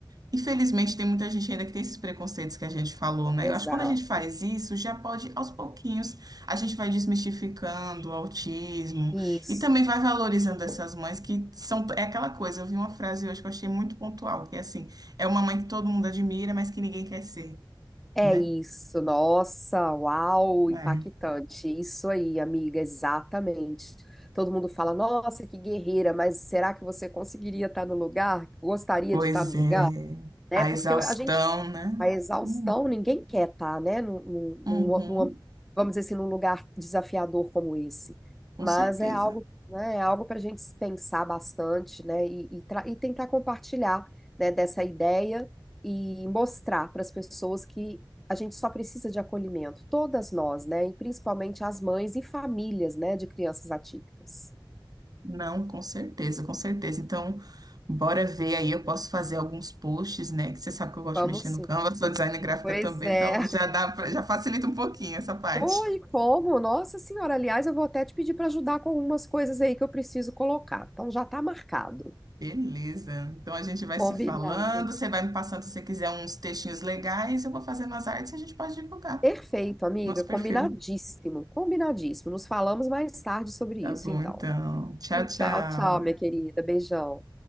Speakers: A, on the right (about 50°); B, in the centre.
A: Infelizmente, tem muita gente ainda que tem esses preconceitos que a gente falou, né?
B: Exato.
A: Eu acho que quando a gente faz isso, já pode, aos pouquinhos, a gente vai desmistificando o autismo
B: Isso.
A: e também vai valorizando essas mães que são. É aquela coisa, eu vi uma frase hoje que eu achei muito pontual, que é assim: é uma mãe que todo mundo admira, mas que ninguém quer ser,
B: É
A: né?
B: isso. Nossa, uau, impactante.
A: É.
B: Isso aí, amiga, exatamente. Todo mundo fala, nossa, que guerreira, mas será que você conseguiria estar no lugar? Gostaria
A: Pois
B: de estar no lugar?
A: é,
B: Né?
A: a
B: Porque
A: exaustão,
B: a gente
A: né?
B: A exaustão
A: Hum,
B: ninguém quer estar, né? Num, num-
A: Uhum,
B: num- num- vamos dizer assim, num lugar desafiador como esse.
A: com
B: Mas
A: certeza.
B: é algo, né, é algo para a gente pensar bastante, né? E, e tra- e tentar compartilhar, né, dessa ideia e mostrar para as pessoas que a gente só precisa de acolhimento, todas nós, né? E principalmente as mães e famílias, né, de crianças atípicas.
A: Não, com certeza, com certeza. Então, bora ver aí. Eu posso fazer alguns posts, né? Que você sabe que eu gosto
B: Vamos
A: de mexer
B: sim.
A: no Canva, <laughs> sou designer gráfica
B: Pois
A: também,
B: é.
A: então já dá pra, já facilita um pouquinho essa parte.
B: Oi, como? Nossa Senhora, aliás, eu vou até te pedir para ajudar com algumas coisas aí que eu preciso colocar. Então já tá marcado.
A: Beleza. Então a gente vai
B: Combinado.
A: se falando. Você vai me passando, se você quiser, uns textinhos legais, eu vou fazendo as artes e a gente pode divulgar
B: Perfeito, amiga.
A: nosso
B: Combinadíssimo.
A: perfil.
B: Combinadíssimo. Nos falamos mais tarde sobre
A: Tá
B: isso,
A: bom,
B: então.
A: então. Tchau, tchau.
B: Tchau, tchau, minha querida. Beijão.